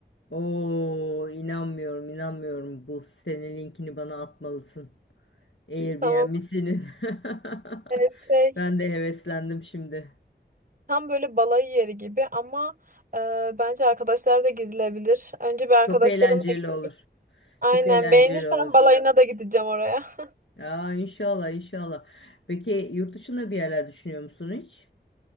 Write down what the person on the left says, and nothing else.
Oo, inanmıyorum, inanmıyorum. Bu sitenin linkini bana atmalısın. Airbnb'sini.
<laughs>
Ben de heveslendim şimdi.
Çok eğlenceli
olur.
Çok eğlenceli
olur.
Ya inşallah inşallah. Peki yurt dışında bir yerler düşünüyor musun hiç?